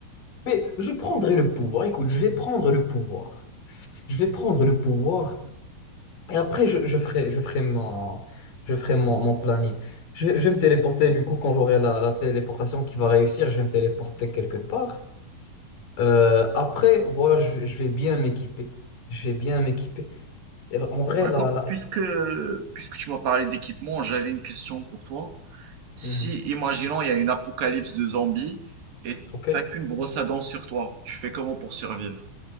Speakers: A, on the left (about 65°); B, on the right (about 70°).
A: Mais je prendrai le pouvoir. Écoute, je vais prendre le pouvoir. je vais prendre le pouvoir et après je, je ferai, je ferai mon, je ferai mon, mon planning. Je, vais je vais me téléporter du coup quand j'aurai la, la téléportation qui va réussir, je vais me téléporter quelque part. Euh, après, voilà, je, je vais bien m'équiper. Je vais bien m'équiper. Et En vrai,
B: D'accord.
A: là, là,
B: Puisque, puisque tu m'as parlé d'équipement, j'avais une question pour toi. Si,
A: Mhm.
B: imaginons, il y a une apocalypse de zombies et
A: ok.
B: t'as qu'une brosse à dents sur toi, tu fais comment pour survivre?